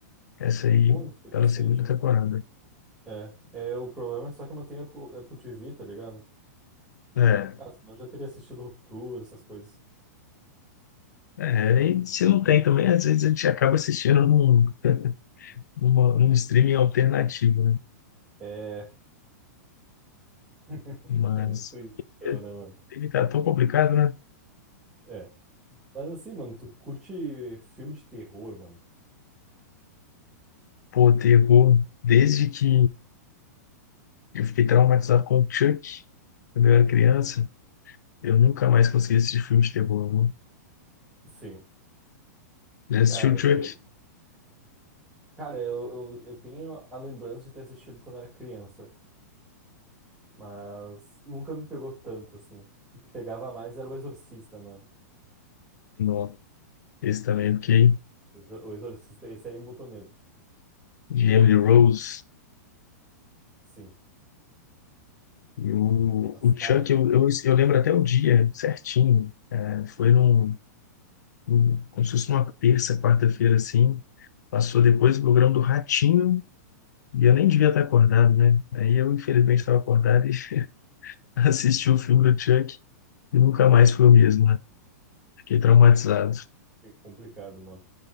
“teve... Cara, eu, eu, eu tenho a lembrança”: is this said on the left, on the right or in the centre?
Centre